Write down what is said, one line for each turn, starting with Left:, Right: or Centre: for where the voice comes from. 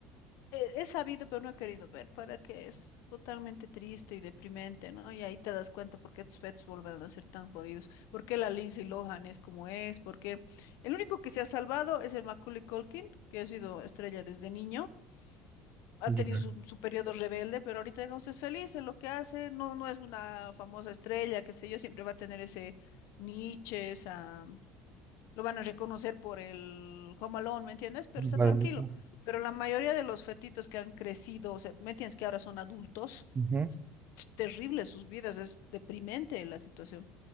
Left: He, he sabido, pero no he querido ver, para que es totalmente triste y deprimente, ¿no? Y ahí te das cuenta por qué tus fetos vuelven a ser tan jodidos, por qué la Lindsay Lohan es como es, porque el único que se ha salvado es el Macaulay Culkin, que ha sido estrella desde niño, ha
Right: Ya,
Left: tenido su, su periodo rebelde, pero ahorita, digamos, es feliz en lo que hace, no, no es una famosa estrella, qué sé yo, siempre va a tener ese niche, esa lo van a reconocer por el Home Alone, ¿me entiendes? Pero está
Right: para
Left: tranquilo.
Right: mí, ¿no?
Left: Pero la mayoría de los fetitos que han crecido, o sea, ¿me entiendes? Que ahora son adultos,
Right: Ujú.
Left: es terrible sus vidas, es deprimente la situación,